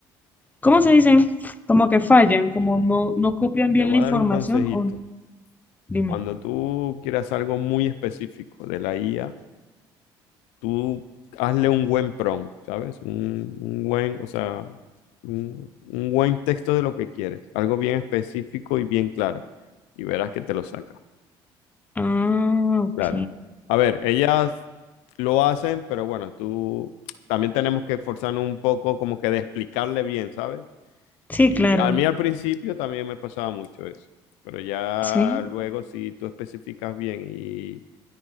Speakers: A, on the left (about 15°); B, on the left (about 80°).
A: ¿Cómo se dicen? Como que fallan, como no, no copian bien
B: te voy
A: la información
B: a dar un consejito.
A: o dime.
B: Cuando tú quieras algo muy específico de la IA, tú hazle un buen prompt, ¿sabes? Un, un buen, o sea, un, un buen texto de lo que quieres, algo bien específico y bien claro, y verás que te lo saca.
A: Ah, ok.
B: Claro. A ver, ellas lo hacen, pero bueno, tú también tenemos que esforzarnos un poco como que de explicarle bien, ¿sabes?
A: Sí,
B: Y
A: claro.
B: a mí al principio también me pasaba mucho eso, pero ya
A: Sí,
B: luego si tú especificas bien y,